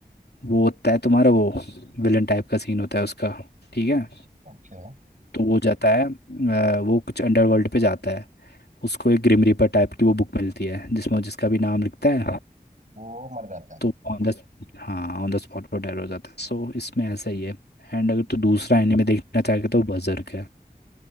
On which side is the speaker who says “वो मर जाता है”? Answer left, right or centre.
Right